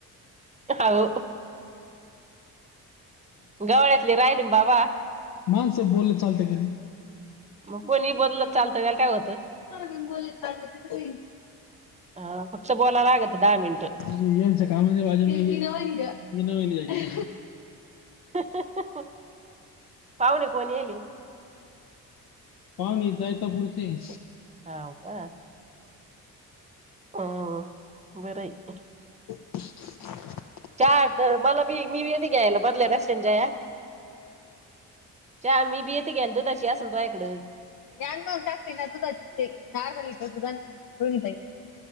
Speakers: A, on the right; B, on the left.
A: हो गवाळ्यातली राहिली ना बाबा.
B: माणसं बोलव चालत गं
A: मग कोणी बोललं तरी चालतं, त्याला काय होतं.
B: म्हणून बोलले चालतं त्याचं काही
A: ह फक्त बोलला लागत दहा मिनिट.
B: यांच कामाची बाजून मग मीना वाहिनी आहे.
A: मिनिटं पाहुणे कोणी येली?
B: पाहुणे जैतापूर चे आहे.
A: हव का? अह बर आहे की
B: <unintelligible>
A: चाहा मला बी मी बी येते घ्यायला बदल्यालाच <unintelligible> चहा मी बी येते घेन दुधाशी असेल <unintelligible> इकडं
B: या न मग टाकते ना दुधाची जे अर्धा लिटर दुधात रोहिणी ताई